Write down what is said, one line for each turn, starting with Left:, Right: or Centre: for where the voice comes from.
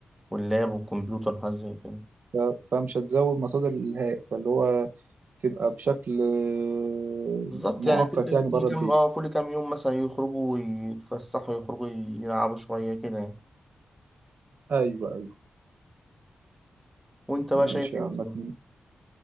Centre: واللاب والكمبيوتر وحاجات زي كده
Right: ف- فمش هتزود مصادر الإلهاء فاللي هو تبقى بشكل آه،
Centre: بالظبط
Right: مؤقت
Centre: يعني كل
Right: يعني
Centre: كل
Right: بره
Centre: كام
Right: البيت
Centre: اه كل كام يوم مثلا يخرجوا يتفسحوا يخرجوا يلعبوا شويه كده يعني
Right: أيوه أيوه
Centre: وانت بقى
Right: ماشي
Centre: شايف ايه
Right: يا
Centre: بالظبط
Right: عم أتمنى